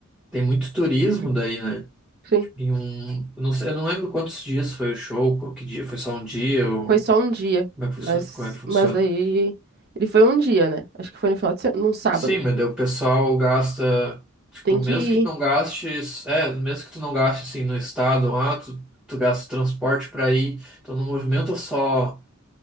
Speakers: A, in the centre; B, on the right.
A: tem muito turismo
B: <clears throat>
A: daí, né?
B: Sim.
A: Tipo, em um, eu não sei, eu não lembro quantos dias foi o show, qual que dia, foi só um dia, ou
B: Foi só um dia,
A: como é que funciona?
B: mas,
A: Como é que funciona?
B: mas aí ele foi um dia, né? Acho que foi no final de semana, num sábado.
A: Sim, meu Deus, o pessoal gasta, tipo,
B: Tem
A: mesmo
B: que ir.
A: que tu não gastes é, mesmo que tu não gaste assim no estado, ah, tu, tu gasta transporte para ir, então não movimenta só